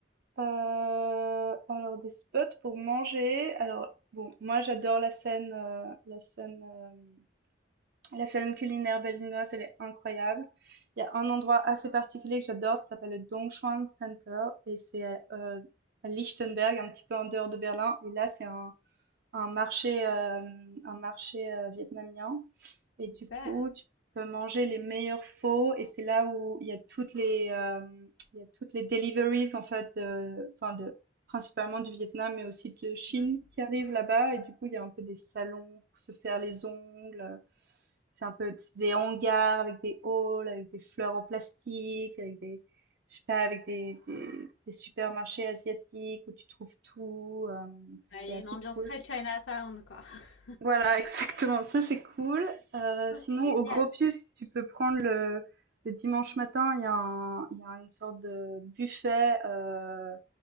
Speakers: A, on the right; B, on the left.
A: Heu, alors des spots pour manger, alors bon, moi j'adore la scène, heu, la scène, hem, la scène culinaire berlinoise, elle est incroyable. Il y a un endroit assez particulier que j'adore, ça s'appelle le Dongchuan Center et c'est à, heu, à Lichtenberg, un petit peu en dehors de Berlin et là c'est un un marché, hem, un marché, heu, vietnamien Et du
B: Super.
A: coup, tu peux manger les meilleurs faux et c'est là où il y a toutes les euh, il y a toutes les deliveries en fait de enfin de principalement du Vietnam mais aussi de Chine
B: Mmh.
A: qui arrivent là-bas et du coup, il y a un peu des salons pour se faire les ongles. C'est un peu des hangars avec des halls, avec des fleurs en plastique, avec des je sais pas avec des, des, des supermarchés asiatiques où tu trouves tout. euh, c'est
B: Bah, il y
A: assez
B: a une ambiance
A: cool.
B: très China Sound quoi. <laughs>
A: Voilà, exactement, ça c'est cool. Heu,
B: Ça,
A: sinon
B: c'est génial.
A: au Gropius, tu peux prendre le le dimanche matin, il y a un il y a une sorte de buffet, heu,